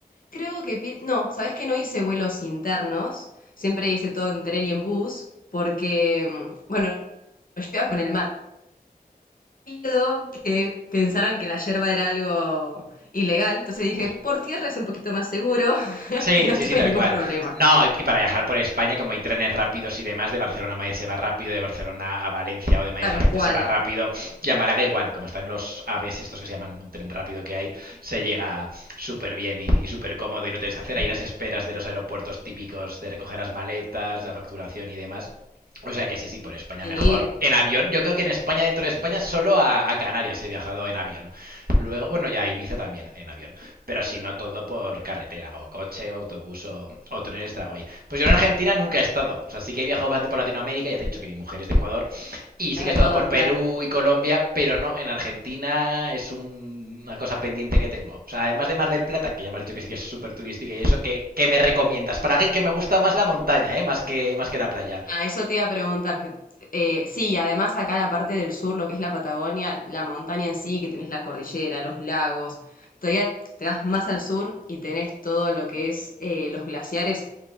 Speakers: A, on the left (about 65°); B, on the right (about 70°).
A: creo que, pi- no, sabes que no hice vuelos internos? Siempre hice todo en tren y en bus, porque, mm, bueno, yo iba con el mate. Miedo que pensaran que la yerba era algo ilegal, entonces dije,
B: Ojo.
A: por tierra es un poquito más seguro <laughs>
B: Sí,
A: y no
B: sí,
A: tuve
B: sí, tal
A: ningún
B: cual.
A: problema.
B: No, y y para viajar por España, como hay trenes rápidos y demás, de Barcelona a Madrid se va rápido, de Barcelona a Valencia o de Madrid
A: Tal
B: a Valencia
A: cual,
B: se va rápido, y a Málaga igual, como están los AVEs estos que se llaman un tren rápido que hay, se llega súper bien y, y súper cómodo y no tenéis que hacer ahí las esperas de los aeropuertos típicos de recoger las maletas, la facturación y demás. O sea que sí, sí, por España
A: sí,
B: mejor. En avión, yo creo que en España, dentro de España, solo a, a Canarias he viajado en avión. Luego, bueno, ya a Ibiza también en avión. Pero si no todo por carretera, o coche, o autobús, o, o tren está guay. Pues yo en Argentina nunca he estado. O sea, sí que he viajado bastante por Latinoamérica, ya te he dicho que mi mujer es de Ecuador. Y
A: es
B: sí que
A: de
B: he estado
A: Ecuador,
B: por Perú
A: claro.
B: y Colombia, pero no, en Argentina es un- una cosa pendiente que tengo. O sea, además de Mar del Plata, que ya me has dicho que sí que es súper turística y eso, ¿qué, qué me recomiendas? Para alguien que me gusta más la montaña, ¿eh? Más que, más que la playa.
A: Ah, eso te iba a preguntar. que- eh, sí, además acá la parte del sur, lo que es la Patagonia, la montaña en sí, que tenés la cordillera, los lagos, todavía te das más al sur y tenés todo lo que es eh, los glaciares,